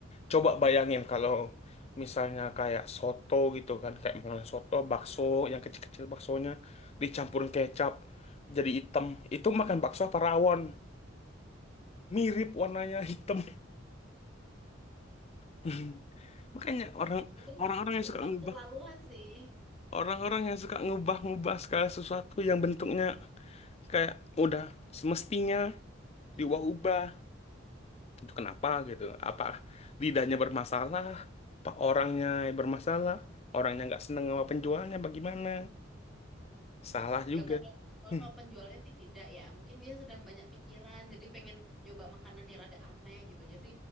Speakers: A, on the left; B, in the centre.
A: Coba bayangin kalau misalnya kayak soto gitu kan, kayak makanan soto, bakso,
B: Hmm.
A: yang kecil-kecil baksonya, dicampurin kecap, jadi hitam. Itu makan bakso apa rawon? Mirip warnanya hitam. <laughs> Makanya orang
B: Itu
A: orang-orang yang
B: itu
A: suka
B: mah
A: ngubah,
B: keterlaluan sih.
A: orang-orang yang suka ngubah-ngubah segala sesuatu yang bentuknya kayak udah semestinya
B: Nah.
A: diubah-ubah. itu kenapa gitu apa lidahnya bermasalah apa orangnya yang bermasalah orangnya nggak seneng sama penjualnya bagaimana salah juga
B: Ya enggak dong. Kalau
A: Hmm.
B: soal penjualnya sih tidak ya. Mungkin dia sedang banyak pikiran, jadi pengen nyoba makanan yang rada aneh gitu. Jadi